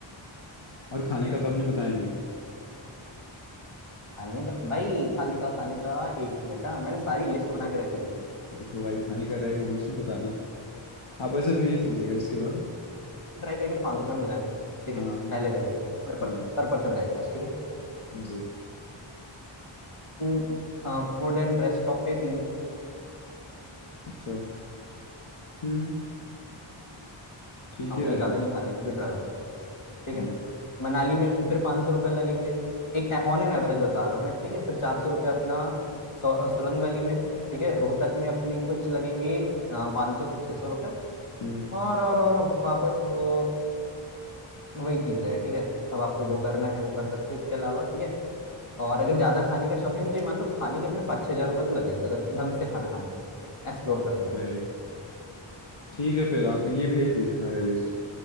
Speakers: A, on the left; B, on the left.
A: और खाने का तो आपने बताया नहीं
B: खाने का भाई खाने का खाने का एक मिनट हाँ मैंने सारी लिस्ट बना के रखी है
A: तो भाई खाने का रहेगा ना उसमें बताना आप ऐसे भेज दीजिएगा इसके बाद
B: ट्राई करेंगे तो पाँच सौ रुपये में हो जाएगा ठीक
A: हाँ
B: है पहले दिन पर पर्सन
A: हाँ
B: पर पर्सन का ये कॉस्ट ठीक
A: जी
B: है फूड एंड रेस्ट स्टॉप पे तीन
A: अच्छा हम्म ठीक
B: काम
A: ही
B: हो
A: रहेगा
B: जाए ज़्यादा नहीं खाना है क्योंकि ट्रैवल ठीक
A: हम्म
B: है मनाली में फिर पाँच सौ रुपये लगेंगे एक ऑन एन एवरेज बता रहा हूँ मैं ठीक है फिर चार सौ रुपये अपना सो, अ, सोलंग वैली में ठीक है रोहतक में अपनी कुछ लगेंगे पाँच सौ से छः सौ रुपये
A: हम्म
B: और और और वापस वो वही चीज़ है ठीक है अब आपको जो करना है वो कर सकते हो इसके अलावा ठीक है और अगर ज़्यादा खाने का शौकीन तो ये मान लो खाने के अपने पाँच छः हज़ार रुपये तो लगेंगे अगर ढंग से खाना खाना है तो एक्सप्लोर करते हुए
A: तो है ही। ठीक है फिर आप ये भेज दीजिए सारे लिस्ट